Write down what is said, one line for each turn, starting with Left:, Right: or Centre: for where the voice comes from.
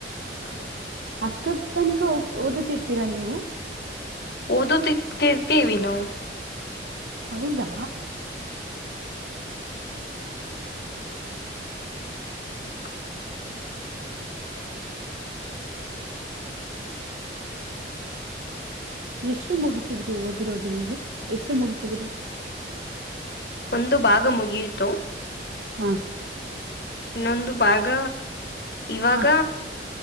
Left: ಅದಕ್ಕೆ
Right: ಅಷ್ಟೊ ತನಕ ಓದತಿಿರ್ತೀರಾ ನೀವು
Left: ಓದು ತಿ ತಿರ್ತಿವಿ ನಾವು
Right: ಹೌದಾ
Left: ಇಷ್ಟ
Right: ಎಷ್ಟು ಮುಗಸಿದ್ರಿ ಓದಿರೋದು ನೀವು ಎಷ್ಟು ಮುಗಸಿದ್ರಿ
Left: ಒಂದು ಭಾಗ ಮುಗಿಯಿತು
Right: ಹ
Left: ಇನ್ನೊಂದು ಭಾಗ ಇವಾಗ
Right: ಹ